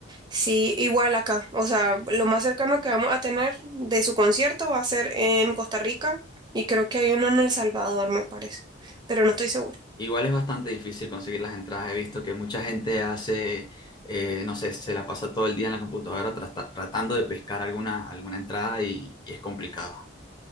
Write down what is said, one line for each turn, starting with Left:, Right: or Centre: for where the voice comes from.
Right: Sí, igual acá. O sea, lo más cercano que vamos a tener de su concierto va a ser en Costa Rica y creo que hay uno en El Salvador, me parece. Pero no estoy segura.
Left: Igual es bastante difícil conseguir las entradas. He visto que mucha gente hace, eh, no sé, se la pasa todo el día en la computadora trata- tratando de pescar alguna, alguna entrada y, y es complicado.